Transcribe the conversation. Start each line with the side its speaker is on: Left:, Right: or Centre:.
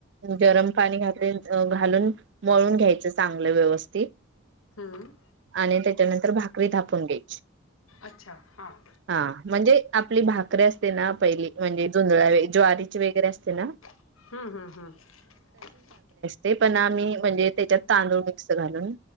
Right: गरम पाणी घात अं घालून मळून घ्यायचं चांगलं व्यवस्थित.
Left: हा अ.
Right: आणि त्याच्यानंतर भाकरी धापून घ्यायची.
Left: अच्छा हां.
Right: हा म्हणजे आपली भाकरीे असते ना पहिली म्हणजे जोंधळा ज्वारीची वगैरे असते ना.
Left: ह ह ह.
Right: ते पण आम्ही म्हणजे त्याच्यात तांदूळ मिक्स घालून